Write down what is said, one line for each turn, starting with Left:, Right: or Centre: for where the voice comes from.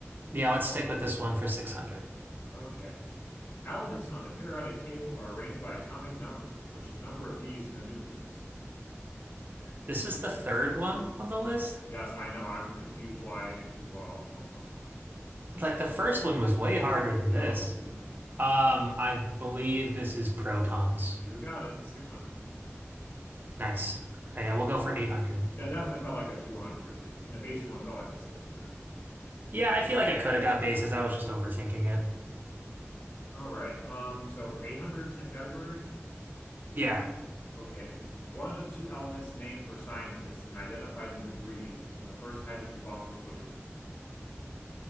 Right: Yeah, let's stick with this one for 600.
Left: Okay. Elements on the periodic table are arranged by atomic number, which is the number of these in the nucleus.
Right: This is the third one on the list.
Left: Yes, I know. I'm confused why as well. <laughs>
Right: Like the first one was way harder than
Left: Yep.
Right: this.
Left: mhm.
Right: Um, I believe this is protons.
Left: You got it. 600.
Right: Nice. All right, yeah, we'll go for 800.
Left: That definitely felt like a 200, and the bases one felt like a 600.
Right: Yeah, I feel like I could have got bases. I was just overthinking it.
Left: All right. Um, so for 800, same category.
Right: Yeah.
Left: Okay. One of two elements named for scientists and identified in debris from the first hydrogen bomb explosion.